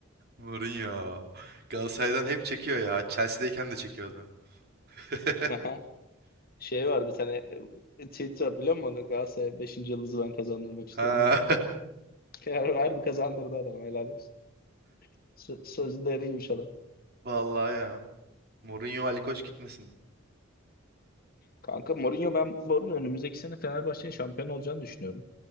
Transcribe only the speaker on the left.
<laughs> Şey var bir tane e, tweet var biliyor musun? onu? Galatasaray 5. yıldızı ben kazandırmak istiyorum
diye. Her, harbi kazandırdı adam helal olsun. Sö- sözleriymiş adam.
Kanka Mourinho ben bu arada önümüzdeki sene Fenerbahçe'nin şampiyon olacağını düşünüyorum.